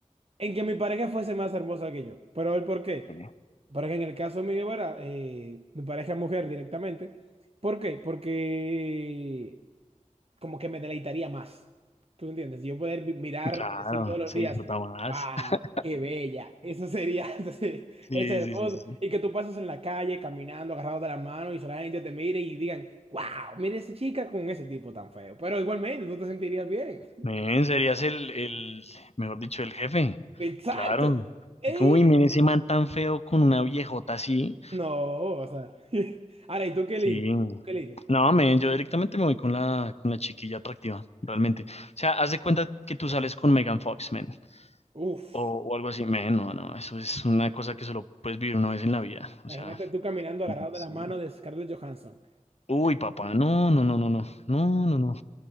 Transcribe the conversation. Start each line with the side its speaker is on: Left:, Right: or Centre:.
Right: en que mi pareja fuese más hermosa que yo. Pero el por qué,
Left: eh,
Right: porque en el caso mío, ¿verdad? Eh, mi pareja es mujer directamente. ¿Por qué? Porque como que me deleitaría más. ¿Tú entiendes? Yo poder vi- mirar
Left: Claro,
Right: y decir todos los
Left: se
Right: días,
Left: disfruta más.
Right: ¡wow!
Left: <laughs>
Right: ¡Qué bella! Eso sería, <laughs> sí,
Left: Sí,
Right: es hermoso.
Left: sí, sí, sí. sí.
Right: Y que tú pases en la calle caminando, agarrado de la mano y solamente te mire y digan, ¡wow! Mire esa chica con ese tipo tan feo. Pero igualmente tú te sentirías bien.
Left: Men, serías el, el, mejor dicho, el jefe.
Right: ¡Exacto!
Left: Claro.
Right: Eh,
Left: Así como, uy, men, ese man tan feo con una viejota así.
Right: no, o sea. <laughs> Ahora, ¿y tú qué
Left: Sí.
Right: eliges? ¿Qué eliges?
Left: No, men, yo directamente me voy con la, con la chiquilla atractiva, realmente. O sea, haz de cuenta que tú sales con Megan Fox, men.
Right: Uf,
Left: O, o algo así. Men, no, no, eso es una cosa que solo puedes vivir una vez en la vida. O
Right: imagínate
Left: sea,
Right: tú caminando agarrado
Left: sí.
Right: de la mano de Scarlett Johansson.
Left: Uy, papá, no, no, no, no, no, no, no, no.